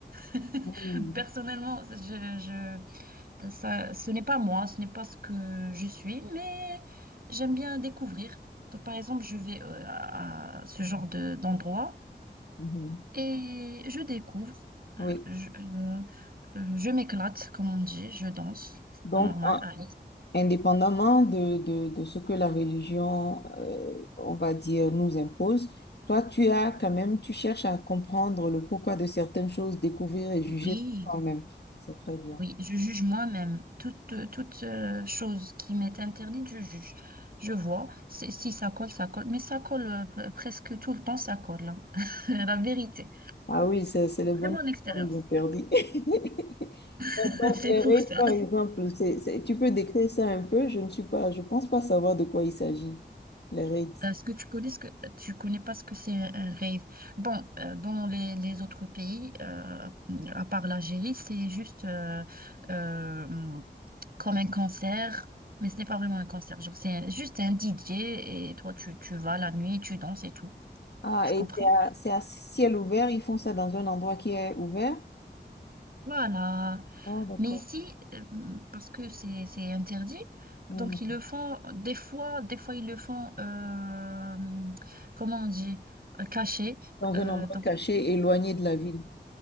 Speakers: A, on the right (about 55°); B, on the left (about 65°).
A: <laughs>
B: Mhm.
A: personnellement, je, je ça, ce n'est pas moi, ce n'est pas ce que je suis, mais j'aime bien découvrir. Donc, par exemple, je vais euh, à, à ce genre de, d'endroit
B: Mhm.
A: et je découvre, euh,
B: Oui.
A: je, euh, euh, je m'éclate, comme on dit, je danse,
B: Donc,
A: normal,
B: en,
A: à
B: indépendamment de, de, de ce que la religion, euh, on va dire, nous impose, toi, tu as quand même, tu cherches à comprendre le pourquoi de certaines choses, découvrir et
A: Oui,
B: juger par toi-même. C'est très bien.
A: oui, je juge moi-même. Toute, euh, toute euh, chose qui m'est interdite, je juge. Je vois, C'est- si ça colle, ça colle, mais ça colle euh, pre- presque tout le temps, ça colle, hein. <laughs> La vérité.
B: Ah oui, c'est, c'est les bonnes
A: C'est mon
B: choses
A: expérience.
B: qu'on nous interdit. <laughs> Donc,
A: <laughs> C'est
B: les
A: pour
B: rites,
A: ça.
B: par exemple, c'est, c'est- tu peux décrire ça un peu? Je ne suis pas, je pense pas savoir de quoi il s'agit, les rites.
A: Est-ce que tu connais ce que tu connais pas ce que c'est un rave? Bon, euh, dans les, les autres pays, euh, à part l'Algérie, c'est juste euh, euh, comme un concert, mais ce n'est pas vraiment un concert. Genre, c'est un- juste un DJ et toi, tu, tu vas la nuit, tu danses et tout.
B: Ah,
A: Tu comprends?
B: et c'est à, c'est à ciel ouvert, ils font ça dans un endroit qui est ouvert?
A: Voilà.
B: Oh, d'accord.
A: Mais ici, euh, parce que c'est c'est interdit,
B: Hmm.
A: donc ils le font des fois, des fois ils le font, euh, comment on dit, euh, caché.
B: dans
A: Euh,
B: un endroit
A: donc,
B: caché, éloigné de la ville.